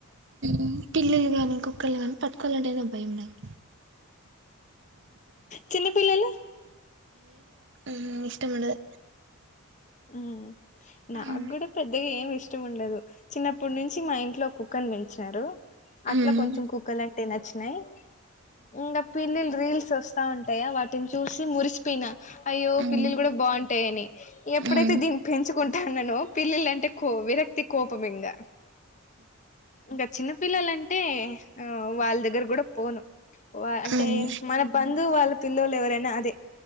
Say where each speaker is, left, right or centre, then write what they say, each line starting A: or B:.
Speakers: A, on the right; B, on the left.
A: ఉమ్ పిల్లులు గాని కుక్కలు గాని పట్టుకోవాలంటేనే భయం నాకు
B: చిన్న పిల్లలు
A: ఆహా ఇష్టం ఉండదు
B: ఉమ్ నాకు
A: మ్
B: కూడా పెద్దగా ఏమి ఇష్టం ఉండదు చిన్నప్పటి నుంచి మా ఇంట్లో ఒక కుక్క ని పెంచినారు అట్లా
A: మ్
B: కొంచెం కుక్కలు అంటే నచ్చినయి ఇంకా పిల్లు రీల్స్ వస్తా ఉంటాయా వాటిని చూసి మురిసిపోయిన అయ్యో
A: మ్
B: పిల్లులు కూడా బాగుంటాయని ఎప్పుడైతే
A: మ్
B: దీని పెంచుకుంటాన్ననో పిల్లులు అంటే కో విరక్తి కోపం ఇంగా ఇంకా చిన్న పిల్లలంటే ఆ వాళ్ళ దగ్గర కూడా పోను వా అంటే
A: మ్
B: మన బంధువు వాళ్ళ పిల్లలు ఎవరైనా అదే